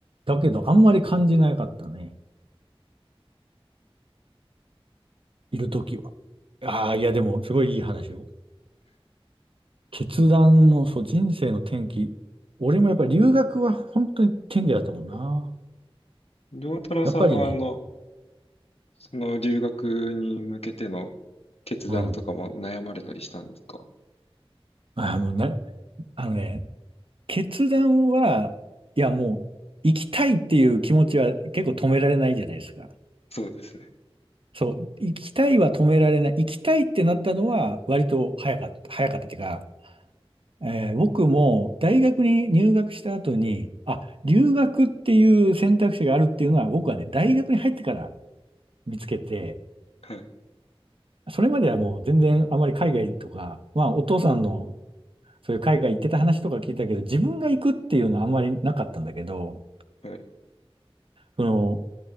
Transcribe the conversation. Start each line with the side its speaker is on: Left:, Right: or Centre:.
Right: だけど、あんまり感じなかったね。いるときは。ああ、いや、でも、すごいいい話を。決断の、そう、人生の転機。俺もやっぱり留学は本当に転機だったもんな。
Left: 良太郎さんは、
Right: やっぱりね、
Left: あの、その留学に向けての決断とかも悩まれたりしたんですか
Right: うん。ああ、もうな、あのね、決断は、いやもう、行きたいっていう気持ちは結構止められないじゃないですか。
Left: そうですね。
Right: そう、行きたいは止められない。行きたいってなったのは割と早かった、早かったっていうか、えー僕も大学に入学した後に、あ、留学っていう選択肢があるっていうのは僕はね、大学に入ってから見つけて、
Left: はい。
Right: それまではもう全然あまり海外とか、まあお父さんのそういう海外行ってた話とか聞いたけど、自分が行くっていうのはあんまりなかったんだけど、
Left: はい。
Right: その